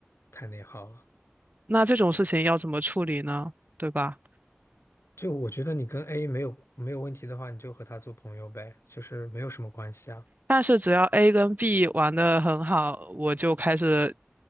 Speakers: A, on the left; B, on the right.
A: 太内耗了。
B: 那这种事情要怎么处理呢？对吧？
A: 就我觉得你跟 A 没有没有问题的话，你就和他做朋友呗，就是没有什么关系啊。
B: 但是只要 A 跟 B 玩的很好，我就开始